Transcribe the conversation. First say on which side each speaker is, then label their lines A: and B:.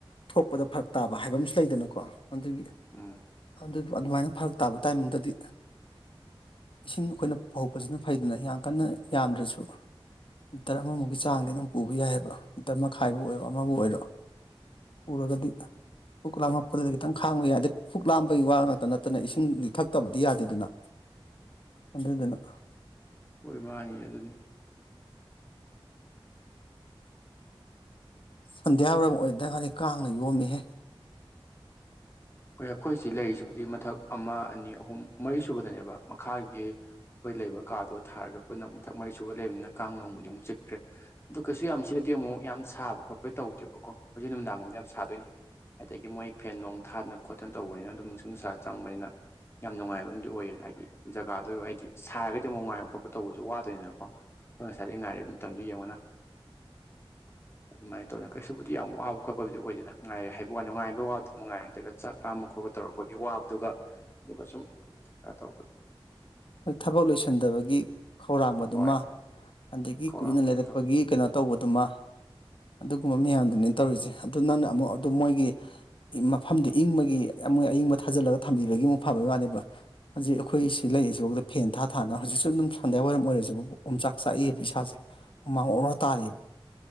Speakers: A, on the left (about 65°); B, on the left (about 25°).
A: ꯊꯣꯛꯄꯗ ꯐꯔꯛ ꯇꯥꯕ ꯍꯥꯏꯕ ꯑꯃꯁꯨ ꯂꯩꯗꯅꯀꯣ ꯑꯗꯨꯒꯤ
B: ꯎꯝ
A: ꯑꯗꯨ ꯑꯗꯨꯃꯥꯏꯅ ꯐꯔꯛ ꯇꯥꯕ ꯇꯥꯏꯝꯃꯤꯡꯗꯗꯤ ꯏꯁꯤꯡ ꯑꯩꯈꯣꯏꯅ ꯄꯨꯍꯧꯕꯁꯤꯅ ꯐꯩꯗꯅ ꯌꯥꯝ ꯀꯟꯅ ꯌꯥꯝꯗ꯭ꯔꯁꯨ ꯂꯤꯇꯔ ꯑꯃꯃꯨꯛꯀꯤ ꯆꯥꯡꯗꯤ ꯑꯗꯨꯝ ꯄꯨꯕ ꯌꯥꯏꯕ ꯂꯤꯇꯔ ꯃꯈꯥꯏꯕꯨ ꯑꯣꯏꯔꯣ ꯑꯃꯕꯨ ꯑꯣꯏꯔꯣ ꯄꯨꯔꯒꯗꯤ ꯄꯨꯛ ꯂꯥꯝꯃꯛꯄꯗꯗꯤ ꯈꯤꯇꯪ ꯈꯥꯡꯕ ꯌꯥꯢꯗ ꯄꯨꯛ ꯂꯥꯝꯕꯒꯤ ꯋꯥ ꯉꯥꯛꯇ ꯅꯠꯇꯅ ꯏꯁꯤꯡꯗꯤ ꯊꯛꯇꯕꯗꯤ ꯌꯥꯗꯦꯗꯅ ꯑꯗꯨꯗꯅ
B: ꯍꯣꯏ ꯃꯥꯅꯤ ꯑꯗꯨꯅꯤ
A: ꯁꯟꯗ꯭ꯌꯥ ꯋꯥꯏꯔꯝ ꯑꯣꯏꯗ ꯉꯥꯏꯔꯤ ꯀꯥꯡꯅ ꯌꯣꯝꯃꯦꯍꯦ
B: ꯍꯣꯏ ꯑꯩꯈꯣꯏꯁꯤ ꯂꯩꯔꯤꯁꯤꯕꯨꯗꯤ ꯃꯊꯛ ꯑꯃ ꯑꯅꯤ ꯑꯍꯨꯝ ꯃꯔꯤꯁꯨꯨꯕꯗꯅꯦꯕ ꯃꯈꯥꯒꯤ ꯑꯩꯈꯣꯏ ꯂꯩꯕ ꯀꯥꯗꯣ ꯊꯥꯔꯒ ꯄꯨꯟꯅ ꯃꯊꯛ ꯃꯔꯤ ꯁꯨꯕ ꯂꯩꯕꯅꯤꯅ ꯀꯥꯡ ꯅꯣꯡꯕꯨꯗꯤ ꯑꯃꯨꯛ ꯆꯤꯛꯇ꯭ꯔꯦ ꯑꯗꯨ ꯀꯩꯁꯨ ꯌꯥꯝ ꯁꯤꯗꯗꯤ ꯑꯃꯨꯛ ꯌꯥꯝ ꯁꯥꯕ ꯈꯣꯠꯄꯩ ꯇꯧꯗꯦꯕꯀꯣ ꯍꯧꯖꯤꯛ ꯅꯨꯡꯗꯥꯡ ꯂꯣꯝꯗ ꯌꯥꯝ ꯁꯥꯗꯣꯏꯅꯦ ꯑꯗꯒꯤ ꯃꯣꯏ ꯐꯦꯟ ꯅꯨꯡ ꯊꯥꯗꯅ ꯈꯣꯠꯇꯅ ꯇꯧꯕꯅꯤꯅ ꯑꯗꯨꯝ ꯅꯨꯡꯁꯤꯠ ꯅꯨꯡꯁꯥ ꯆꯪꯕꯅꯤꯅ ꯌꯥꯝ ꯅꯨꯡꯉꯥꯏꯕ ꯑꯝ ꯑꯣꯏꯌꯦ ꯍꯥꯏꯗꯤ ꯖꯒꯥꯗꯣ ꯍꯥꯏꯗꯤ ꯁꯥꯔꯒꯗꯤ ꯑꯃꯨꯛ ꯡꯥꯏꯕ ꯈꯣꯠꯄ ꯇꯧꯕꯁꯨ ꯋꯥꯗꯣꯏꯅꯤꯗꯅꯀꯣ ꯑꯩꯈꯣꯏ ꯉꯁꯥꯏꯗꯩ ꯉꯥꯏꯔꯤ ꯃꯇꯝꯗꯨ ꯌꯦꯡꯉꯣꯅ ꯑꯗꯨꯃꯥꯏꯅ ꯇꯧꯗꯅ ꯀꯩꯁꯨꯕꯨꯗꯤ ꯌꯥꯝ ꯋꯥꯕ ꯈꯣꯠꯄꯕꯨꯗꯤ ꯑꯣꯏꯗꯦꯗ ꯉꯥꯏ ꯍꯥꯏꯕ ꯋꯥꯅꯤ ꯉꯥꯏꯕꯩ ꯋꯥꯕꯗꯨ ꯃꯉꯥꯏꯔꯦ ꯑꯗꯨꯒ ꯆꯥꯛ ꯂꯥꯝꯕ ꯈꯣꯠꯄ ꯇꯧꯔꯛꯄꯒꯤ ꯋꯥꯕꯗꯨꯒ ꯑꯗꯨꯒ ꯁꯨꯝ ꯀꯩꯅꯣ ꯇꯧꯕ
A: ꯍꯣꯏ ꯊꯕꯛ ꯂꯣꯏꯁꯟꯗꯕꯒꯤ ꯈꯧꯔꯥꯡꯕꯗꯨꯃ
B: ꯍꯣꯏ
A: ꯑꯗꯒꯤ
B: ꯈꯧꯔꯥꯡꯕꯗꯣ
A: ꯀꯨꯏꯅ ꯂꯩꯔꯛ ꯄꯒꯤ ꯀꯩꯅꯣ ꯇꯧꯕꯗꯨꯃ ꯑꯗꯨꯒꯨꯝꯕ ꯃꯌꯥꯝꯗꯨꯅꯤ ꯇꯧꯔꯤꯁꯦ ꯑꯗꯨ ꯅꯪꯅ ꯑꯃꯨꯛ ꯑꯗꯨꯝ ꯃꯣꯏꯒꯤ ꯃꯐꯝꯗꯨ ꯏꯪꯕꯒꯤ ꯃꯣꯏ ꯑꯌꯤꯡꯕ ꯊꯥꯖꯤꯜꯂꯒ ꯊꯝꯕꯤꯕꯒꯤ ꯑꯃꯨꯛ ꯐꯕꯩ ꯋꯥꯅꯦꯕ ꯍꯧꯖꯤꯛ ꯑꯩꯈꯣꯏ ꯁꯤ ꯂꯩꯔꯤꯁꯤ ꯐꯥꯎꯗ ꯐꯦꯟ ꯊꯥ ꯊꯥꯅ ꯍꯧꯖꯤꯛꯁꯨ ꯑꯗꯨꯝ ꯁꯟꯗ꯭ꯥꯌ ꯋꯥꯏꯔꯝ ꯑꯣꯏꯔꯁꯤ ꯕꯥꯎ ꯑꯣꯝꯆꯥꯛ ꯆꯥꯛꯏꯕ ꯏꯁꯥꯁꯦ ꯍꯨꯃꯥꯡ ꯑꯣꯔꯣꯔ ꯇꯥꯔꯤꯕ